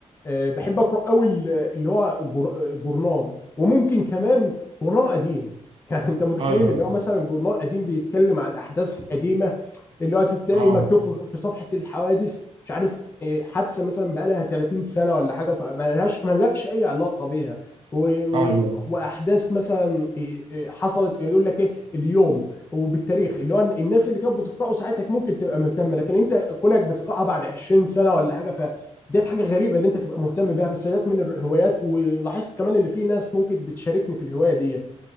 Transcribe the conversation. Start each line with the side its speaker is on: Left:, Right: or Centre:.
Left: آه، بحب اقرا قوي اللي هو جر- جورنان وممكن كمان جورنان قديم يعني انت متخيل
Right: ايوه
Left: اللي هو مثلا جورنال قديم بيتكلم عن احداث قديمه اللي هو تلاقي
Right: اه
Left: مكتوب في في صفحه الحوادث مش عارف إيه، حادثه مثلا بقى لها 30 سنه ولا حاجه فما لهاش ما لكش اي علاقه بيها و... و...
Right: ايوه
Left: واحداث مثلا إيه، إيه، حصلت يقول لك ايه اليوم وبالتاريخ اللي هو الناس اللي كانت بتقراه ساعتها ممكن تبقى مهتمه لكن انت كونك بتقراها بعد 20 سنه ولا حاجه ف ديت حاجه غريبه اللي انت تبقى مهتم بيها بس ديت من الهوايات ولاحظت كمان اللي في ناس ممكن بتشاركني في الهوايه ديت